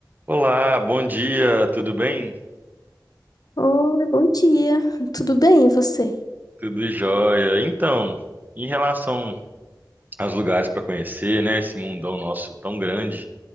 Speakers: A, on the right; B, on the left.
A: Olá, bom dia, tudo bem?
B: Oi, bom dia. Tudo bem, e você?
A: Tudo jóia. Então, em relação aos lugares para conhecer, né, esse mundão nosso tão grande,